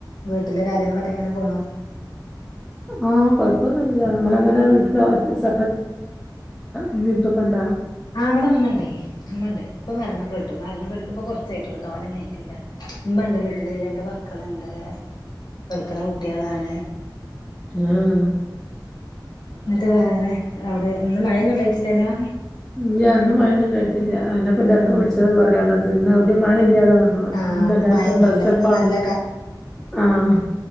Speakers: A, on the left; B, in the centre.
A: വീട്ടിലെ കാര്യങ്ങളൊക്കെ എങ്ങനെ പോണു.
B: ആഹ് കൊഴപ്പൊന്നുല്ല അങ്ങള് അങ്ങനെ <unintelligible> <unintelligible> അല്ല ഇമ്മീം ഇപ്പിം ഒക്കെ ഇണ്ട
A: ആ ഇവിടെ ഇമ്മണ്ടേ ഇമ്മ ഉണ്ട്. ഉപ്പ മരണപ്പെട്ടു മരണപ്പെട്ടിട്ട് ഇപ്പൊ കുറച്ചായിട്ടുള്ളു തോനെ ഒന്നും ആയിട്ടില്ല. ഇമ്മണ്ട് വീട്ടില് രണ്ട് മക്കള്ണ്ട് പഠിക്കണ കുട്ട്യേളാണ്.
B: ആഹാ
A: ന്ന്ട്ട് വേറെ അവിടെ ഇന്ന് മഴ ഒന്നുംണ്ടായിട്ടില്ലല്ലോ.
B: ഇല്ല്യ ഇന്ന് മഴ ഒന്നും ഉണ്ടായിട്ടില്ല അയന്നെ ഇപ്പൊ എല്ലാവർക്കും
A: ഉം
B: വിളിച്ചത് പറയാണ് നിന്ന് മഴ ഇല്ലാതെ തോണ്ണു
A: ആഹ് ഇന്ന്
B: എല്ലാർക്കും
A: മഴയൊന്നുല്ല
B: ഡ്രെസ്സ്പ്പോ
A: ഇന്ന് നല്ല
B: ആഹ്